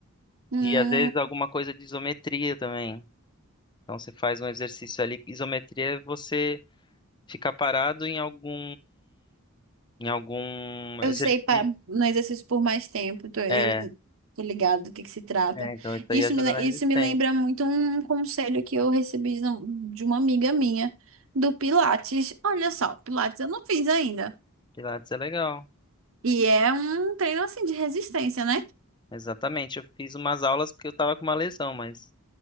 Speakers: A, on the right; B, on the left.
A: Hum,
B: E às vezes alguma coisa de isometria também. Então você faz um exercício ali. Isometria é você ficar parado em algum em algum
A: eu
B: exercício.
A: sei para no exercício por mais tempo. Tô, eu
B: É,
A: tô ligado do que que se trata.
B: é, então isso
A: Isso
B: aí ajuda
A: me, le-
B: na resistência.
A: isso me lembra muito um conselho que eu recebi de um- de uma amiga minha do Pilates. Olha só, Pilates eu não fiz ainda.
B: Pilates é legal.
A: E é um treino assim de resistência, né?
B: Exatamente. Eu fiz umas aulas porque eu tava com uma lesão, mas